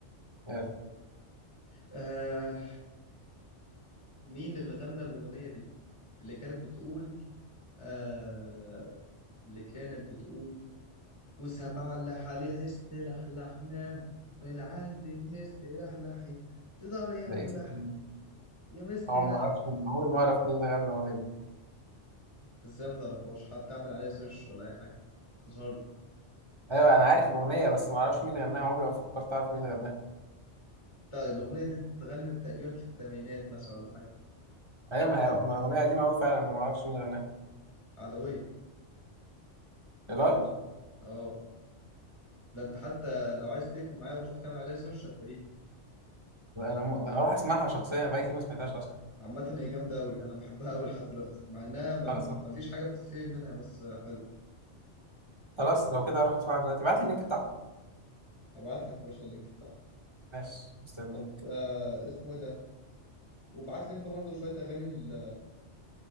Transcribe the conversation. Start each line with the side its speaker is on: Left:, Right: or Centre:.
Right: يلا
Left: آه مين اللي غنى الاغنية دي اللي كانت بتقول آه اللي كانت بتقول وسبعة اللي حالي حست لحلحناهم من عند المست لحلحين تقدر يا
Right: ده
Left: ملح
Right: اسم
Left: يا مست
Right: هو
Left: لحلح
Right: ما اعرفش عمري ما اعرف مين اللي غنى الأغنية دي
Left: انت ازاي ما تعرفهاش حتى اعمل عليها سيرش ولا اي حاجة تظهر
Right: ايوه انا عارف الأغنية بس ما اعرفش مين اللي غناها عمري ما فكرت اعرف مين اللي غناها
Left: الأغنية دي اتغنت تقريبا في الثمانينات مثلا ولا حاجة
Right: ايوه ما هي ما الأغنية قديمة أوي فعلا أنا ما اعرفش مين اللي غناها
Left: عدوية
Right: الراجل
Left: اه ده انت حتى لو عايز تقفل معايا وتروح تعمل عليها سيرش هتلاقيها
Right: انا م... أنا هروح اسمعها شخصيا أنا بقالي كتير ما سمعتهاش اصلا
Left: عامة هي جامدة أوي أنا بحبها أوي لحد دلوقتي مع إنها ما
Right: خلاص
Left: ما فيش حاجة بتتفهم منها بس حلو
Right: خلاص لو كده هروح اسمعها دلوقتي ابعت لي اللينك بتاعها
Left: ابعت لك يا باشا اللينك بتاعها
Right: ماشي مستني
Left: طب آه اسمه ايه ده وابعت لي انت برضو شوية اغاني ل-